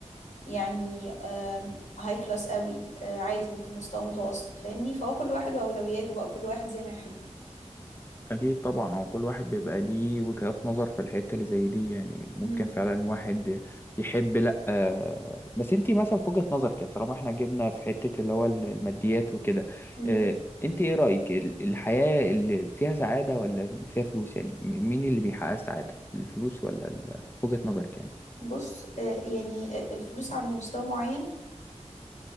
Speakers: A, on the left; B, on the left.
A: يعني هاي كلاس قوي آه، عادي ممكن مستوى متوسط فاهمني فهو كل واحد واولوياته بقى كل واحد زي ما يحب
B: أكيد طبعا هو كل واحد بيبقى ليه وجهات نظر في الحتة اللي زي دي يعني ممكن
A: امم
B: فعلا واحد يحب لأ آه، بس انتي مثلا في وجهة نظرك كده طالما احنا جبنا في حتة اللي هو ال- الماديات وكده
A: امم
B: آه، انتي ايه رأيك ال- الحياة اللي فيها سعادة ولا اللي فيها فلوس يعني م- مين اللي بيحقق السعادة الفلوس ولا ال- في وجهة نظرك يعني
A: بص آه، يعني آه، الفلوس عند مستوى معين